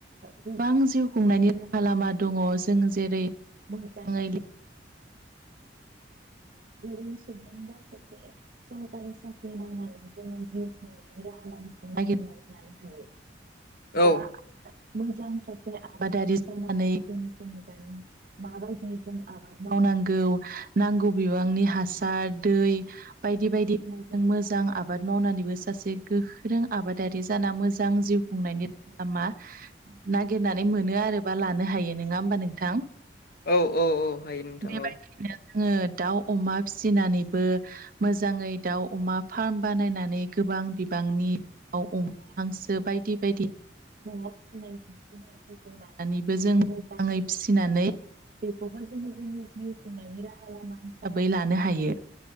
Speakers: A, on the right; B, on the left.
A: गोबां जिउ खुंनायनि राहा लामा दङ जों जेरै मोजाङै <unintelligible> सरखारि साख्रि मावनानै जोङो जिउ खांनायनि राहा लामाखौ नागिरनानै लानो हायो
B: औ
A: बा मोजां सासे आबादारि जानानै गोनोखोयारि मुगानि माबायदि जों आबाद मावनांगौ नांगौ बिबांनि हासार दै बायदि बायदि गुनजों मोजां आबाद मावनानैबो सासे गोख्रों आबादारि जाना मोजां जिउ बुंनायनि राहा लामा नागिरनानै मोनो आरो बा लानो हायो नङा होमबा नोंथां
B: औ औ औ हायो नोंथां
A: बेबायदिनो
B: औ
A: जोङो दाउ अमा फिसिनानैबो मोजाङै दाउ अमा फार्म बानायनानै गोबां बिबांनि औ अमा हांसो बायदि बायदि न'आव फिसिनाय लोगो लानानैबो जों मोजाङै फिसिनानै बेखौबो जोङो जोंनि जिउ खुंनायनि राहा लामा बै लानो हायो